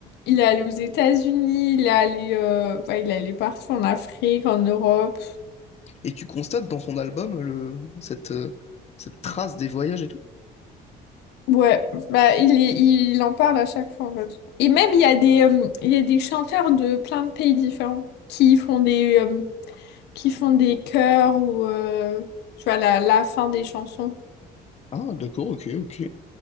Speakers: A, on the left; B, on the left.
A: il est allé aux États-Unis, il est allé, euh, bah, il est allé partout en Afrique, en Europe.
B: Et tu constates dans son album le, cette, euh, cette trace des voyages et tout?
A: Ouais, bah il, est- il en parle à chaque fois en fait. Et même il y a des euh, il y a des chanteurs de plein de pays différents qui font des euh, qui font des chœurs ou euh, tu vois la, la fin des chansons.
B: Ah, d'accord, ok, ok.